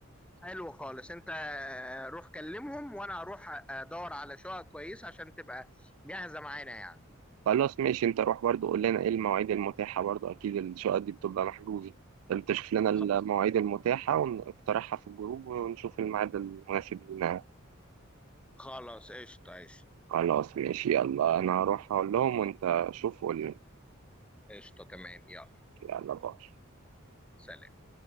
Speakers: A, in the centre; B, on the right.
A: حلو خالص انت آه، روح كلمهم وانا هروح ادور على شقق كويسه عشان تبقى جاهزه معانا يعني
B: خلاص ماشي انت روح برضو قول لنا ايه المواعيد المتاحة برضو اكيد الشقق دي بتبقى محجوزة انت شوف لنا المواعيد
A: خ-
B: المتاحة ونقترحها في الجروب ونشوف الميعاد المناسب لنا
A: خلاص قشطه قشطه
B: خلاص ماشي يلا انا هروح اقول لهم وانت شوف قول لنا
A: قشطه تمام يلا
B: يلا باي
A: سلام